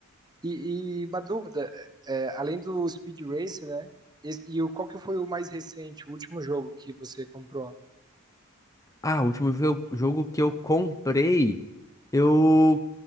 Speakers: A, on the right (about 20°); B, on the left (about 15°).
A: E, e uma dúvida, é, além do Speed Racer, né? esse- E, o, qual que foi o mais recente, o último jogo que você comprou?
B: Ah, o último jo- jogo que eu comprei, eu,